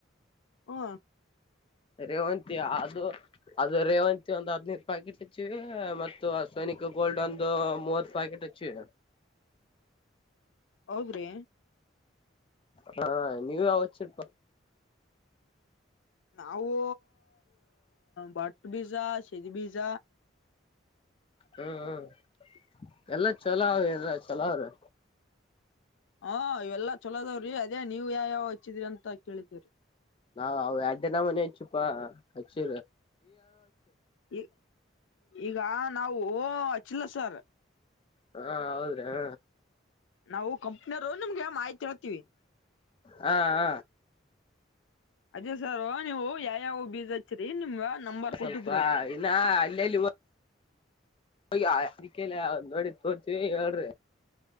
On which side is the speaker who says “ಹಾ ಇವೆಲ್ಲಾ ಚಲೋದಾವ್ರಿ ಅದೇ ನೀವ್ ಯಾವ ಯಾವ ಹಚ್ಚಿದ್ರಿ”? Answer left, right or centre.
Left